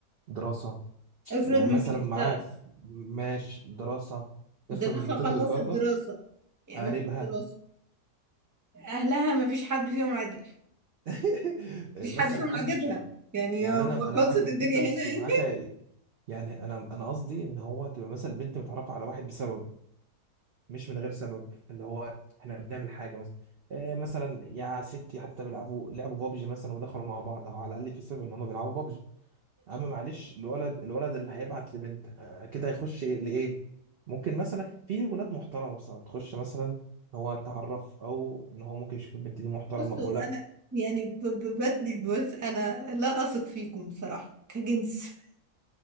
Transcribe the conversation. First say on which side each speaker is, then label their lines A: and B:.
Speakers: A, on the right; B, on the right.
A: دراسة
B: افرض
A: ده
B: مش
A: مثلا
B: بتشتغل
A: معاه في- ماشي دراسة
B: دراسة
A: افرض مش بتدرس
B: خلصت
A: برضه
B: دراسة يعني
A: قاربها
B: ما فيش دراسة اهلها ما فيش حد فيهم عدل
A: <laughs> مثلا
B: مفيش حد فيهم
A: حدد
B: عاجبها
A: شعر
B: يعني
A: يعني
B: هو
A: انا انا
B: خلصت
A: معاك في
B: الدنيا
A: الفكره بس
B: هنا يعني
A: معاك يعني انا انا قصدي ان هو تبقى مثلا البنت متعرفه على واحد بسبب مش من غير سبب اللي هو احنا بنعمل حاجه مثلا آه، مثلا يا ستي حتى بيلعبوا لعبوا بابجي مثلا ودخلوا مع بعض او على الاقل في سبب ان هم بيلعبوا بابجي اما معلش الولد الولد اللي هيبعت لبنت آه، كده هيخش لايه ممكن مثلا في ولاد محترمه بصراحه تخش مثلا هو تعرف او ان هو ممكن يشوف البنت دي محترمه
B: <laughs> بصوا
A: او لا
B: انا يعني ب- ببتني بس انا لا اثق فيكم بصراحه كجنس <laughs>